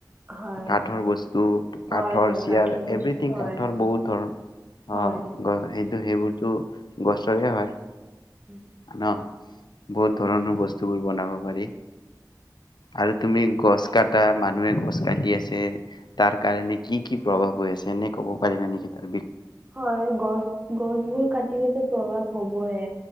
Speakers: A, on the right; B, on the left.
A: হয়
B: কাঠৰ বস্তু
A: হয়
B: কাঠৰ
A: হয়
B: চেয়াৰ
A: বস্তু
B: এভ্ৰিথিং
A: হয়
B: কাঠৰ বহুত ধৰণৰ
A: হয়
B: অ কিন্তু সেইবোৰতো গছৰে হয়
A: উম
B: ন বহুত ধৰণৰ বস্তুবোৰ বনাব পাৰি আৰু তুমি গছ কটা মানুহে গছ কাটি আছে তাৰ কাৰণে কি কি প্ৰভাৱ হৈ আছে এনেই কব পাৰিবা নেকি তাক
A: হয় গছ গছবোৰ কাটি ো প্ৰভাৱ হবয়